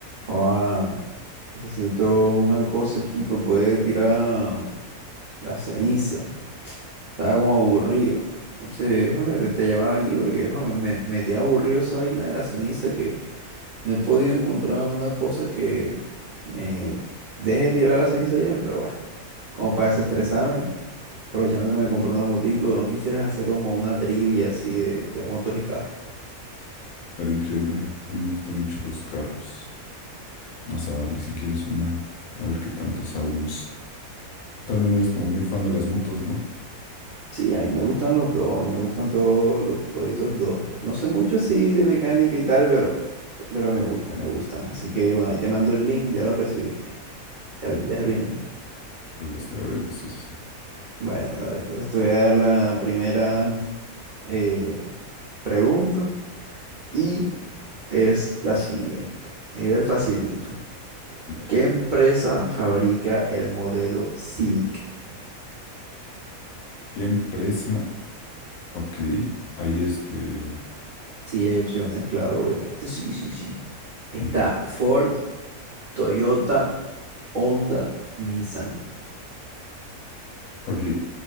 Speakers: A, on the right; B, on the left.
A: Ah, necesito una cosa aquí para poder tirar la ceniza. Estaba como aburrido. Entonces, no sé, te, te llamaba aquí porque jo, me, me, me tiene aburrido esa vaina de la ceniza que no he podido encontrar una cosa que me deje tirar la ceniza bien, pero bueno, como para desestresarme, aprovechando que me compré una motico, no quisieras hacer como una trivia así de, de motos y carros.
B: Estaría increíble. A mí me gustan mucho los carros. Vamos a darle si quieres una, a ver qué tanto sabemos. Tú también eres como muy fan de las motos, ¿no?
A: Sí, a mí me gustan los dos, a mí me gustan todos los toditos dos. No sé mucho así de mecánica y tal, pero, pero me gustan,
B: Ok,
A: me gustan. Así que bueno, ahí te mando el link, ya lo recibiste. Ya,
B: va,
A: lo- ya es bien.
B: yo lo estoy abriendo, sí, sí, sí.
A: Bueno, dale, entonces te voy a dar la primera eh, pregunta y es la siguiente. Nivel facilito.
B: Va.
A: ¿Qué empresa fabrica el modelo Civic?
B: ¿Qué empresa? Ok, ahí este.
A: Sí, hay opciones, claro, obviamente. Sí, sí, sí. Está
B: Va, va,
A: Ford,
B: va.
A: Toyota, Honda, Nissan.
B: Ok,